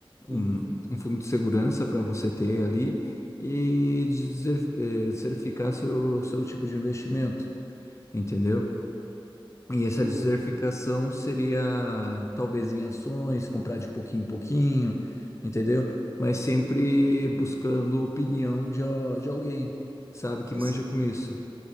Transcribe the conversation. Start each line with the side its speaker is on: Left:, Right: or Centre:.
Left: Um,
Right: Uhum.
Left: um fundo de segurança para você ter ali e dizer, eh, certificar seu, seu tipo de investimento, entendeu? E
Right: Tipo,
Left: essa desertificação seria talvez em ações, comprar de pouquinho em pouquinho, entendeu? Mas sempre buscando opinião de, a- de alguém, sabe, que
Right: você,
Left: manja com isso.